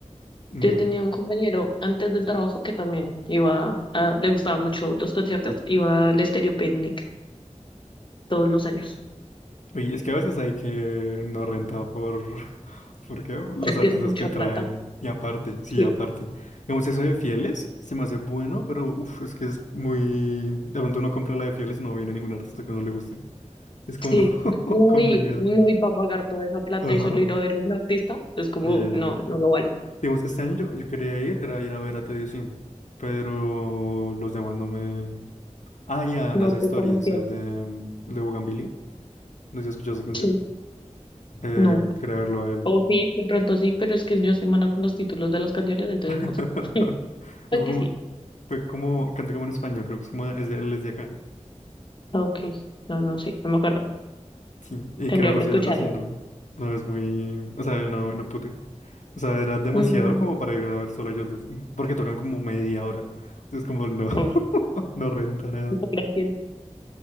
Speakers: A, on the left (about 80°); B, on the left (about 40°).
A: Bueno.
B: Yo tenía un compañero antes del trabajo que también iba a, le gustaba mucho los conciertos, iba al Estéreo Picnic todos los años.
A: Oye, es que a veces hay que no renta por... <laughs> ¿Por qué? Los
B: Es
A: artistas
B: que es mucha
A: que traen.
B: plata.
A: Y aparte, sí,
B: Sí.
A: aparte. Digamos, eso de Fieles se me hace bueno, pero uf, es que es muy... De pronto uno compra la de Fieles y no viene ningún artista que uno le guste. Es como
B: Sí,
A: <laughs>
B: no,
A: complicado.
B: y, no, y para pagar toda esa plata
A: Ajá.
B: y solo ir a ver a un artista, es como,
A: Sí.
B: no, no lo vale.
A: Digamos, este año yo, yo quería ir, era ir a ver a Teddy Sims pero los demás no me... Ah, y a NASA
B: No te
A: Historias,
B: convenció.
A: el de, el de Bugambilia. No sé si has escuchado esa canción.
B: Sí,
A: Eh,
B: no.
A: quería verlo a él.
B: O sí, de pronto sí, pero es que yo soy mala con los títulos de las canciones, entonces
A: <laughs>
B: no sé. Sí,
A: Fue
B: Es que
A: como,
B: sí.
A: fue como, canta como en español, creo que es como, es de, él es de acá.
B: Ok, no, no sé, no me acuerdo.
A: Sí, y
B: Tendría
A: quería verlos
B: que escucharla.
A: a ellos dos y no, no es muy, o sea, él no, no pude. O sea, era demasiado
B: Mm,
A: como para ir a ver solo a ellos dos, m- porque tocan como media hora. Entonces como no, <laughs>
B: uy,
A: no renta nada.
B: gracias.